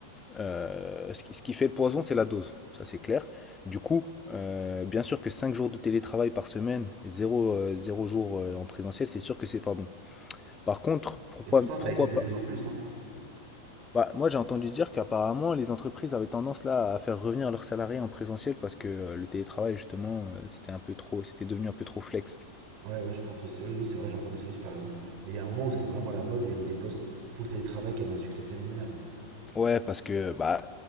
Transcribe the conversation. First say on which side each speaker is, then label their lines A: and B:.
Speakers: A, on the left (about 15°); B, on the right (about 40°).
A: Euh, ce qui ce qui fait le poison, c'est la dose, ça c'est clair. Du coup, euh, bien sûr que 5 jours de télétravail par semaine, zéro jours euh, en présentiel, c'est sûr que c'est pas bon. Par contre, pourquoi,
B: Et pourtant, ça
A: pourquoi
B: existe de
A: pas?
B: plus en plus. Hein.
A: Bah, moi j'ai entendu dire qu'apparemment les entreprises avaient tendance là à faire revenir leurs salariés en présentiel parce que euh, le télétravail justement euh, c'était un peu trop, c'était devenu un peu trop flex.
B: Ouais, ouais, je pense aussi. Oui, oui, c'est vrai, j'ai entendu ça aussi, t'as raison. Mais il y a un moment où c'était vraiment la mode et il y avait des postes full télétravail qui avaient un succès phénoménal.
A: Ouais, parce que bah